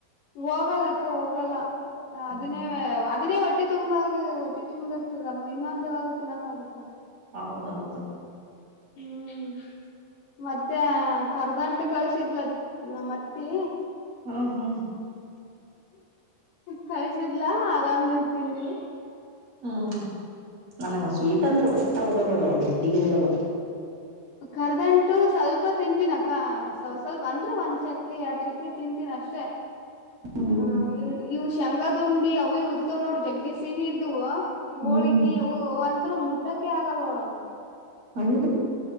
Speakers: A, on the left (about 80°); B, on the right (about 40°).
A: ಹೋಗಲ್ಲಕ್ಕ ಹೋಗಲ್ಲ ಅದನ್ನೇ
B: ಹ್ಮ್
A: ಅದನ್ನೇ ಒಟ್ಟಿ ತುಂಬಾಗಿ ಒಟ್ಟಿ ತುಂಬಿ ಇರ್ತದಮ್ಮ ಇನ್ನೊಂದ ಯಾವಾಗ ತಿನ್ನೋಕಾಗುತ್ತಾ
B: ಹೌದೌದು
A: ಹ್ಮ್ ಮತ್ತೆ ಕರ್ದಂಟು ಕಳಸಿದ್ಲ ನಮ್ಮತ್ತಿ
B: ಹಾ ಹಾ
A: ಕಳ್ಸಿದ್ಲಾ ಅದಂದ್ ಈಟ್ ತಿಂದ್ವಿ.
B: ಹ್ಮ್ ನನಗ ಸ್ವೀಟ್ ಅಂದ್ರ ಒಟ್ಟ ಹೋಗಲ್ಲ ನೋಡವ ಬಡ್ಡಿಗೆ ಹೋಗಲ್ಲ.
A: ಕರದಂಟು ಸ್ವಲ್ಪ ತಿಂತೀನಕ್ಕ ಸ್ ಸ್ವಲ್ಪ ಅಂದ್ರೆ ಒಂದ್ ಚಕ್ಲಿ ಎರಡು ಚಕ್ಲಿ ತಿಂತೀನೀ ಅಷ್ಟ. ಅಷ್ಟೇ.
B: ಹ್ಮ್
A: ಹ ಇವು ಶೇಂಗದುಂಡಿ ಅವು ಇವು ಇರ್ತಾವ ನೋಡ್ರಿ ಜಗ್ಗೆ ಸಿಹಿ ಇದ್ದು ಹೋಳ್ಗಿ
B: ಹ್ಮ್
A: ಅವು ಅಂತ್ರು ಮುಟ್ಟಕ ಆಗಲ್ಲ ನೋಡ.
B: ಹೌದು.